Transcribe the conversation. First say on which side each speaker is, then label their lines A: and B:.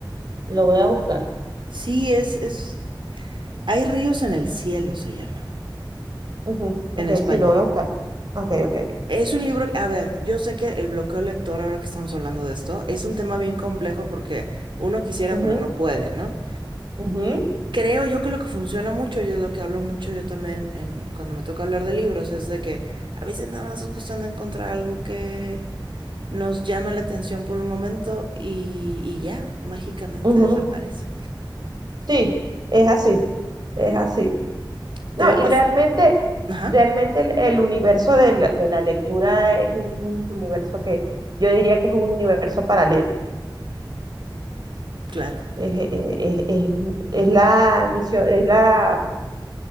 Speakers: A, on the right; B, on the right.
A: Lo voy a buscar.
B: Sí, es, es... Hay ríos en el cielo, se llama,
A: Ujú, ok,
B: en español.
A: sí, lo voy a buscar. Ok, ok, ok.
B: Es un libro, a ver, yo sé que el bloqueo lector, ahora que estamos hablando de esto, es un tema bien complejo porque uno quisiera,
A: Ujú,
B: pero no puede, ¿no?
A: ujú.
B: Creo yo que lo que funciona mucho, y es lo que hablo mucho yo también en, cuando me toca hablar de libros, es de que a veces nada más es cuestión de encontrar algo que nos llame la atención por un momento y, y ya, mágicamente
A: Ujú,
B: desaparece.
A: Sí, es así, es así. No,
B: ¿Te había
A: y
B: pasado?
A: realmente,
B: Ajá,
A: realmente el, el universo de la, de la lectura es un, un universo que yo diría que es un universo paralelo.
B: claro.
A: Es, es, es- es- es la misión, es la,